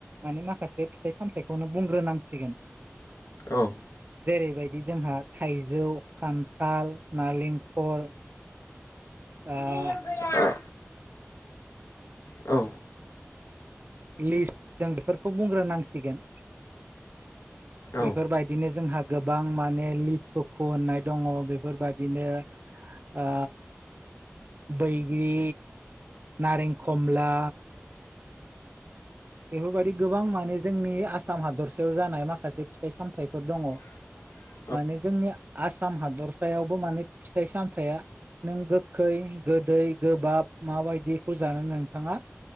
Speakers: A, on the right (about 40°); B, on the left (about 75°).
A: माने माखासे फिथाइ सामथाइखौनो बुंग्रोनांसिगोन
B: औ
A: जेरैबायदि जोंहा थाइजौ खान्थाल नालेंखर ओ
B: बिबोैया आ औ
A: लिसु जों बेफोरखौ बुंग्रोनांसिगोन
B: औ
A: बेफोरबायदिनो जोंहा गोबां माने लिथुखु होननाय दङ बेफोरबायदिनो ओ बैग्रि नारें खमला बेफोरबायदि गोबां माने जोंनि आसाम हादरसायाव जानाय माखासे फिथाइ सामथायाइफोर दङ
B: <unintelligible>
A: माने जोंनि आसाम हादरसायावबो माने फिथाइ सामथाइया नों गोखै गोदै गोबाब माबायदिखौ जानो नोंथाङा